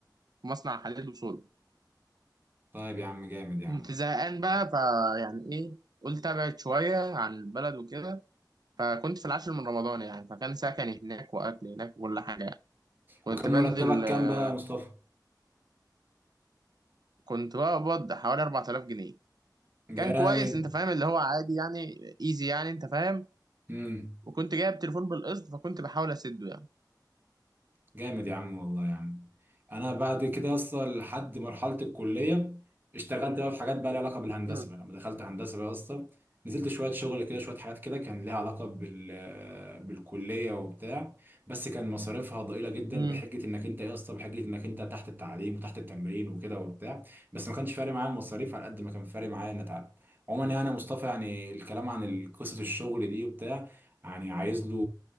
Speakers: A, on the right (about 60°); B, on the right (about 25°).
A: في مصنع حديد وصلب
B: طيب يا عم جامد يا
A: كنت
B: عم
A: زهقان بقى فيعني إيه قلت أبعد شوية عن البلد وكده فكنت في العاشر من رمضان يعني فكان سكني هناك وأكل هناك وكل حاجة يعني. كنت
B: وكان
A: بنزل
B: مرتبك كام
A: آه،
B: بقى يا مصطفى
A: كنت بقبض حوالي 4000 جنيه
B: جامد
A: كان كويس انت فاهم اللي هو عادي يعني ايزي يعني انت فاهم
B: امم
A: وكنت جايب تليفون بالقسط فكنت بحاول اسده يعني
B: جامد يا عم والله يا عم انا بعد كده اصلا لحد مرحله الكليه اشتغلت بقى في حاجات بقى لها علاقه بالهندسه
A: مم.
B: بقى لما دخلت هندسه بقى اصلا نزلت شويه شغل كده شويه حاجات كده كان ليها علاقه بال بالكليه وبتاع بس كان مصاريفها ضئيله جدا
A: مم.
B: بحجه انك انت إيه يا اسطى بحجه انك انت تحت التعليم تحت التمرين وكده وبتاع بس ما كانش فارق معايا المصاريف على قد ما كان فارق معايا ان اتعب عموما يعني يا مصطفى يعني الكلام عن قصه الشغل دي وبتاع يعني عايز له